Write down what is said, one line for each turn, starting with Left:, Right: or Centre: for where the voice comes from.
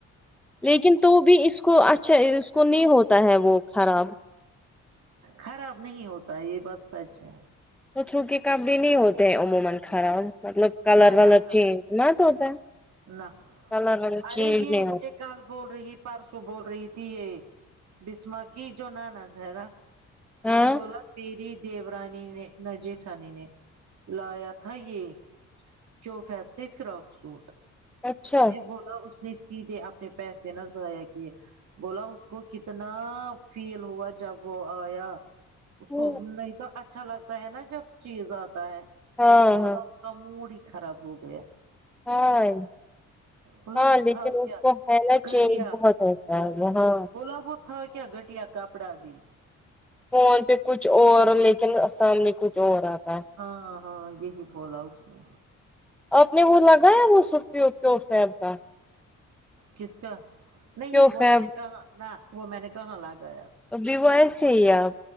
Centre: لیکن تو بھی اس کو اچھا اس کو نہیں ہوتا ہے وہ خراب
Right: خراب نہیں ہوتا یہ بات سچ ہے
Centre: تو بچوں کے کپڑے نہیں ہوتے عموما خراب مطلب کلر
Right: نہ
Centre: ولر
Right: نہ نہ
Centre: چینج نہ تو ہوتا
Right: نہ
Centre: کلر ولر
Right: ارے
Centre: چینج
Right: یہ
Centre: نہیں ہوتا
Right: مجھے کل بول رہی پرسوں بول رہی تھی یہ بسما کی جو نہ نند ہے نا اس
Centre: ہاں
Right: نے بولا تیری دیورانی نے نہ جیٹھانی نے لایا تھا یہ کیوں فیب سے فراک سوٹ
Centre: اچھا
Right: اس نے بولا اس نے سیدھے اپنے پیسے نہ ضائع کیے بولا اس کو کتنا فیل ہوا جب وہ آیا اس
Centre: ہاں
Right: کو نہیں تو اچھا لگتا ہے نا جب چیز آتا ہے
Centre: ہاں
Right: بلا تو اس کا موڈ ہی خراب ہو گیا
Centre: ہائے
Right: بولا
Centre: ہاں
Right: وہ
Centre: لیکن
Right: تھا
Centre: اس
Right: کیا
Centre: کو ہے نا
Right: گٹیا
Centre: چینج بہت ہوتا ہے وہاں
Right: بولا وہ تھا کیا گٹیا کپڑا بھی
Centre: فون پہ کچھ اور لیکن ا سام میں کچھ اور آتا
Right: ہاں ہاں یہی بولا اس نے
Centre: آپ نے وہ لگایا وہ سوپک وک فن کا
Right: کس کا نہیں
Centre: کیو
Right: وہ
Centre: فیب
Right: میں نے کہاں نہ وہ میں نے کہاں لا گایا
Centre: جی وہ ایس ہی آپ